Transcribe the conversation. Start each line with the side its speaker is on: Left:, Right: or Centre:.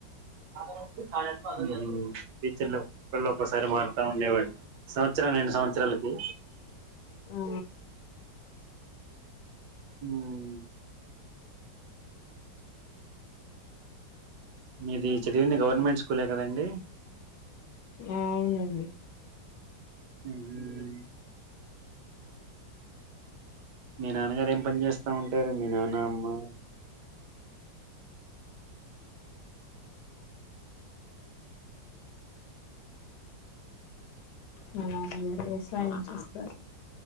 Right: <unintelligible> అ చాల ఉహుమ్ టీచర్లు ఒకళ్ళు ఒసారి మారుతా ఉండేవాళ్ళం సంవత్సరాలు నండు సంవత్సరాలకి
Left: ఆ
Right: ఉమ్ మీది చదివివంది గవర్నమెంట్ స్కూలే కదండి
Left: ఉమ్ అవునండి
Right: ఉహు మీ నాన్నగారు ఏం పని చేస్తా ఉన్ టరు మీ నాన్న ఆమ్మ
Left: వాళ్ళా <unintelligible> వ్యవసాయం చేస్తారు